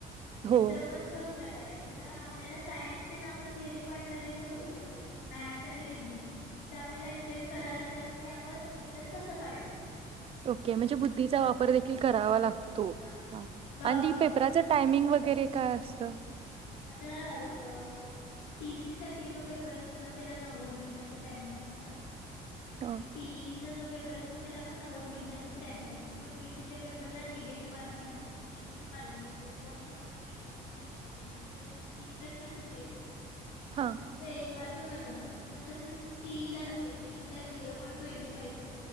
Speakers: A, on the right (about 35°); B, on the left (about 85°).
A: हो
B: इथं पण तूस प्रकार ये इथे आपल्याला सायन्सला तेण आपण थेरी पार्ट लगेच सोडवू शकतोये पण मॅथ्स आणि रिजनींग इथं आपल्याला एक्सपेन करायलाच लागतील की आपण उत्तर कस काढलं.
A: ओके म्हणजे बुद्धीचा वापर देखील करावा ला तू
B: हा
A: आ
B: लॉजिक
A: आणि पेपराचा टाइमिंग वगैरे काय असतं
B: आता हा बघ टीसी साठी जो पेपर असतो ना त्याला नव्वद मिनिटाच टायमिंग असत. आणि
A: हं,
B: टीईचा जो पेपर असते तेला पण णव्वद मिनटाचच टायमिंग असत पण टीसी च्या पेपरला निगेटिव्ह मार्किंग असं. निगेटिव्ह मार्किंग असतय. वन थर्डची निगेटिव्ह मार्किंग अस म्हणजे जर तुझे तीन प्रश्न चुकले
A: हां
B: ते तुझा एक मार्क कट होणार पण तसच टी ई ला नसतय. टी ई ला झिरो पॉईंट ट्वेंटी फाईच